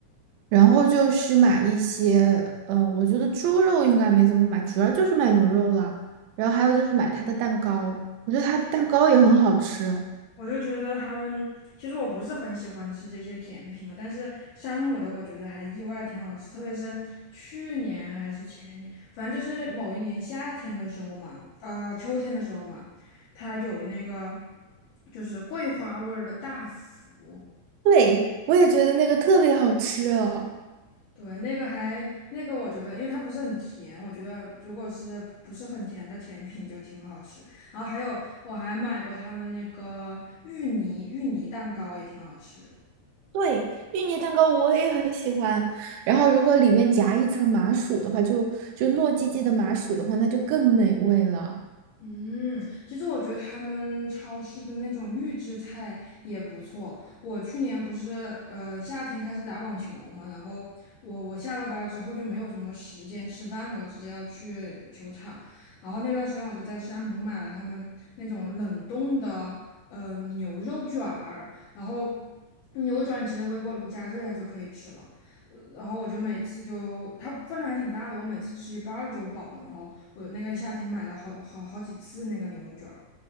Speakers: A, on the right; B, on the left.
A: 然后就是买一些，嗯，我觉得猪肉应该没怎么买，主要就是买牛肉了。然后还有就是买它的蛋糕，我觉得它的蛋糕也很好吃。
B: 我就觉得他们其实我不是很喜欢吃这些甜品嘛，但是山姆的我觉得还意外挺好吃，特别是去年还是前年，反正就是某一年夏天的时候嘛，呃，秋天的时候嘛，它有那个就是桂花味儿的大福，
A: 对，我也觉得那个特别好吃啊。
B: 对，那个还那个我觉得，因为它不是很甜，我觉得如果是不是很甜的甜品就挺好吃。然后还有我还买过他们那个芋泥芋泥蛋糕也挺好吃。
A: 对，芋泥蛋糕我也很喜欢。然后，如果里面夹一层麻薯的话，就就糯叽叽的麻薯的话，那就更美味了。
B: 嗯，其实我觉得他们超市的那种预制菜也不错。我去年不是呃夏天开始打网球嘛，然后我我下了班儿之后就没有什么时间吃饭嘛，我直接要去球场。然后那段时间我就在山姆买了他们那种冷冻的嗯，牛肉卷儿，然后牛肉卷其实微波炉加热一下就可以吃了。呃然后我就每次就它分量还挺大的，我每次吃一半儿就饱了。然后我那个夏天买了好好好几次那个牛肉卷儿。